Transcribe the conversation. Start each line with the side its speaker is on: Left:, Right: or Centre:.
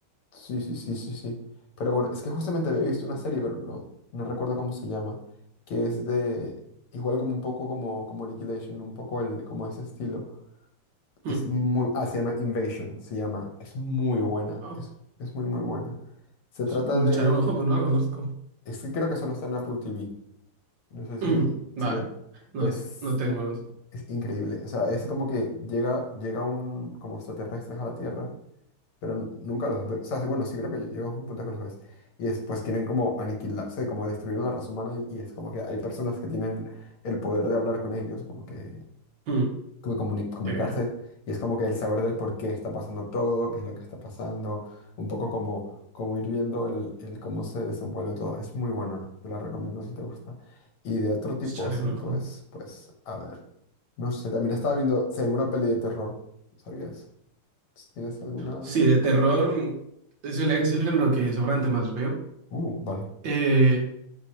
Left: Sí, sí, sí, sí, sí. Pero bueno, es que justamente había visto una serie, pero no, no recuerdo cómo se llama, que es de, igual como un poco como, como Annihilation, un poco el, como ese estilo.
Right: Mm.
Left: Es muy, ah, se llama Invasion, se llama. Es muy buena,
Right: Ah,
Left: es, es muy, muy buena. Se
Right: pues,
Left: trata
Right: me
Left: de...
Right: echaré un ojo, pero no la conozco.
Left: Es que creo que solo está en Apple TV. No sé si,
Right: Mm, Vale,
Left: si lo...
Right: no,
Left: Pero
Right: es-
Left: es,
Right: no tengo.
Left: in-
Right: No.
Left: es increíble. O sea, es como que llega, llega un... como extraterrestres a la Tierra, pero n- nunca los ves. O sea, sí, bueno, sí creo que llega un punto que los ves. Y después quieren como aniquilar, o sea, como destruir a la raza humana y, y es como que hay personas que tienen el poder de hablar con ellos, como que
Right: Mm,
Left: como comuni- comunicarse
Right: Qué bien,
Left: y es como que el saber del por qué está pasando todo, qué es lo que está pasando, un poco como, como ir viendo el, el cómo se desenvuelve todo. Es muy buena, te la recomiendo si te gusta. Y de otro tipo
Right: pues echaré
Left: así,
Right: un ojo.
Left: pues, pues, a ver. No sé, también estaba viendo si alguna peli de terror, ¿sabías? Si tienes alguna...
Right: Sí, de terror mm, es el, es el género que seguramente más veo.
Left: Uh, vale.
Right: Eh,